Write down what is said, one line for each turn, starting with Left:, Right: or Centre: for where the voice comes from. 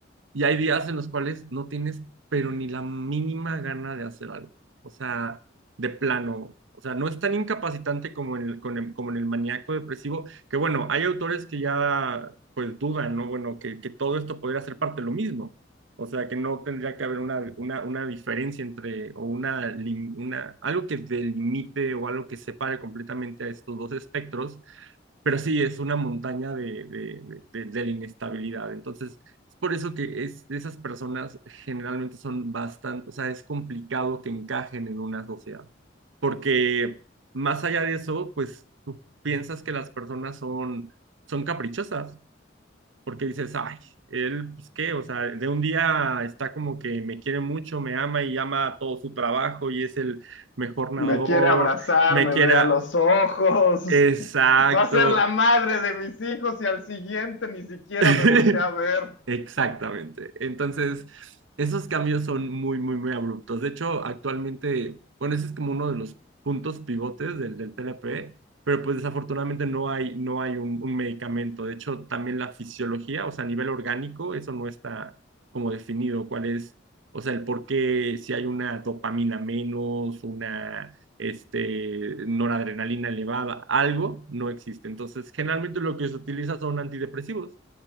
Right: Y hay días en los cuales no tienes, pero ni la mínima gana de hacer algo. O sea, de plano. O sea, no es tan incapacitante como en el, con el- como en el maníaco depresivo, que bueno, hay autores que ya pues dudan, ¿no? Bueno, que, que todo esto podría ser parte de lo mismo. O sea, que no tendría que haber una, una, una diferencia entre, o una, lim- una, algo que delimite o algo que separe completamente a estos dos espectros pero sí es una montaña de, de, de, de la inestabilidad. Entonces, es por eso que es, esas personas generalmente son bastante, o sea, es complicado que encajen en una sociedad, porque más allá de eso, pues tú piensas que las personas son, son caprichosas, porque dices, ay, él, pues qué, o sea, de un día está como que me quiere mucho, me ama y ama todo su trabajo y es el mejor nadador,
Left: Me quiere abrazar,
Right: me
Left: me
Right: quiera,
Left: ve a los ojos.
Right: exacto.
Left: <laughs> Va a ser la madre de mis hijos y al siguiente ni siquiera
Right: <laughs>
Left: me voltea a ver.
Right: Exactamente. Entonces, esos cambios son muy, muy, muy abruptos. De hecho, actualmente, bueno, ese es como uno de los puntos pivotes del, del TLP, pero pues desafortunadamente no hay, no hay un, un medicamento. De hecho, también la fisiología, o sea, a nivel orgánico, eso no está como definido cuál es, o sea, el por qué, si hay una dopamina menos, una este, noradrenalina elevada, algo no existe. Entonces, generalmente lo que se utiliza son antidepresivos